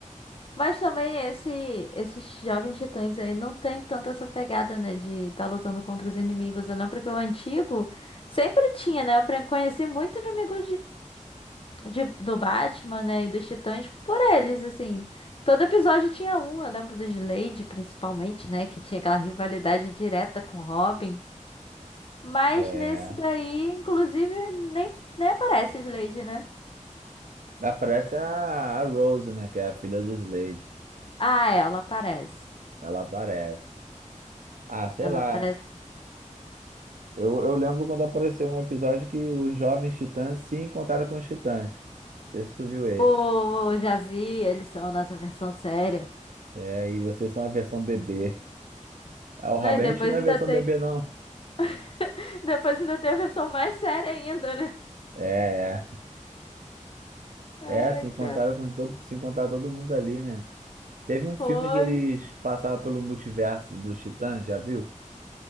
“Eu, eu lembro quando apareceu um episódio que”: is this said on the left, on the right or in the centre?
Right